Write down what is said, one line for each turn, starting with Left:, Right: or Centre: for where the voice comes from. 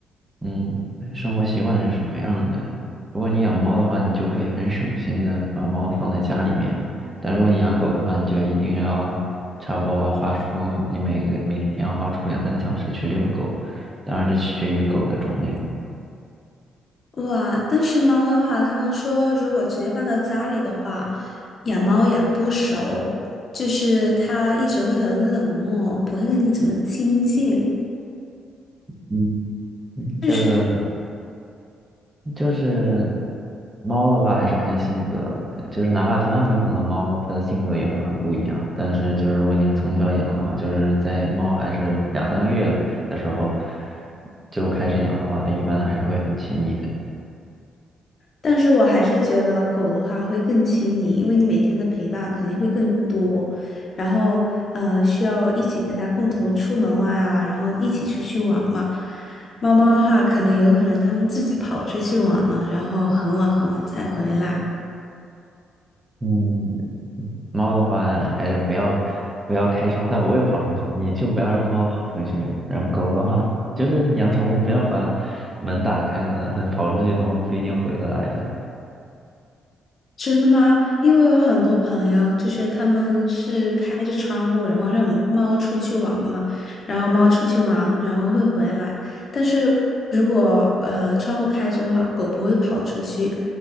Right: 嗯生活习惯是什么样的。如果你养猫的话，你就可以很省心的把猫放在家里面；但如果你养狗的话，你就一定要差不多花出你每个每天要花出两三个小时去遛狗。当然，这取决于狗的种类。
Left: 哇，但是猫的话，他们说如果直接放到家里的话，养猫养不熟，就是它一直会很冷漠，不会跟你怎么亲近。
Right: 嗯，嗯这个。
Left: 就是。
Right: 就是猫的话，还是看性格，呃就是哪怕同样品种的猫，它的性格也会很不一样。但是，就是如果你是从小养的话，就是在猫还是两三个月的时候就开始养的话，它一般还是会很亲你的。
Left: 但是我还是觉得狗的话会更亲你，因为你每天的陪伴肯定会更多，然后呃需要一起跟它共同出门玩啊，然后一起出去玩嘛。猫猫的话，可能有可能它们自己跑出去玩了，然后很晚很晚才回来。
Right: 嗯，猫的话还是不要不要开窗，它不会跑出去，你就不要让猫跑出去。然后狗的话，就是养宠物不要把门打开了，但跑出去的话不一定回得来的。
Left: 真的吗？因为我有很多朋友，就是他们是开着窗户，然后让猫出去玩嘛，然后猫出去玩，然后会回来。但是如果呃窗户开着的话，狗不会跑出去，